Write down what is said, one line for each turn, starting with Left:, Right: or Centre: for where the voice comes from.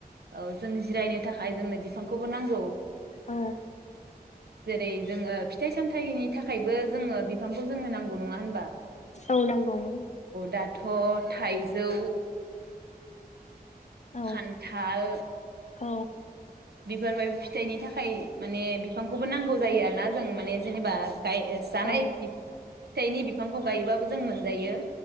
Right: औ जों जिरायनो थाखाय जोंनो बि बिफांखौबो नांगौ
Left: औ
Right: जेरै जोंङो फिथाइ सामथायनि थाखायबो जोंङो बि फांखौ जोंनो नांगौ नङा होन
Left: औ नांगौमोन।
Right: दाथ थाइजौ
Left: औ
Right: खान्थाल
Left: औ
Right: बिबार बा फिथाइनि थाखाय माने बिफांखौबो नांगौ जायो आरोना जों माने जेनेबा <unintelligible> जानाय
Left: औ
Right: बि फिथाइनि बि गायोबाबो जों मोनजायो।